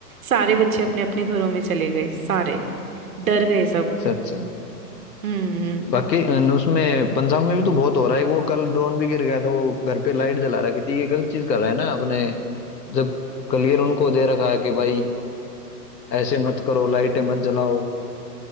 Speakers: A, on the right (about 55°); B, on the left (about 80°).
A: सारे बच्चे अपने अपने घरों में चले गए सारे डर गए सब
B: अच्छा अच्छा
A: हम्म
B: बाकी अन, उसमें पंजाब में भी तो बहुत हो रहा है वो कल ड्रोन भी गिर गया था वो घर पे लाइट जला रखी थी ये गलत चीज कर रहा है ना अपने जब क्लियर उनको दे रखा है कि भाई ऐसे मत करो लाइटें मत जलाओ